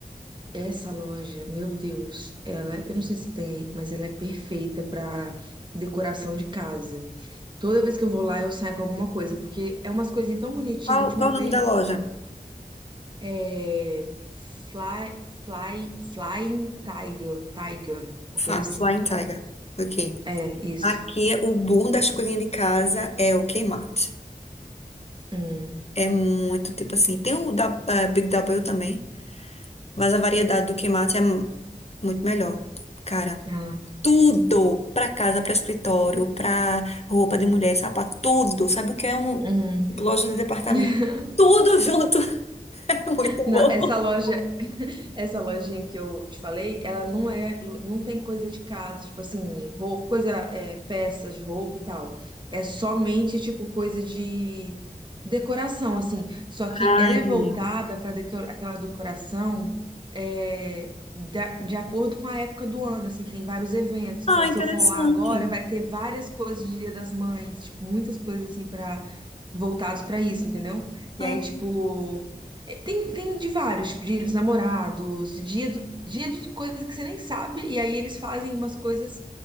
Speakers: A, on the right; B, on the left.
A: Essa loja, meu Deus, ela, eu não sei se tem aí, mas ela é perfeita para decoração de casa. Toda vez que eu vou lá, eu saio com alguma coisa, porque é umas coisinhas tão bonitinhas.
B: Qual,
A: A última
B: qual o nome
A: vez,
B: da loja?
A: é Fly, Fly, Flying Tiger, Tiger, uma
B: Fa-
A: coisa assim.
B: Flying Tiger. Ok.
A: É, isso.
B: Aqui, o bom das coisinhas de casa é o Kmart.
A: Hum,
B: É muito, tipo assim, tem o da, eh, Big W também, mas a variedade do Kmart é mu- muito melhor. Cara,
A: ah,
B: tudo pra casa, pra escritório, pra roupa de mulher, sapato, tudo. Sabe o que é um
A: hum.
B: loja de departamento?
A: <laughs>
B: Tudo junto <laughs> é muito
A: Não,
B: bom.
A: essa loja Essa lojinha que eu te falei, ela não é, não tem coisa de casa, tipo assim, roupa, coisa, é, peças de roupa e tal. É somente tipo coisa de decoração, assim. Só
B: Ah,
A: que ela
B: entendi.
A: é voltada para aquela decoração é, da- de acordo com a época do ano, assim, tem vários eventos.
B: Ah,
A: Então, se
B: interessante.
A: eu for lá agora, vai ter várias coisas de Dia das Mães, tipo, muitas coisas assim para voltadas para isso, entendeu? E
B: Ah,
A: aí, tipo é, Tem, tem de vários, dia dos namorados, dia, do- dia de coisa que você nem sabe, e aí eles fazem umas coisas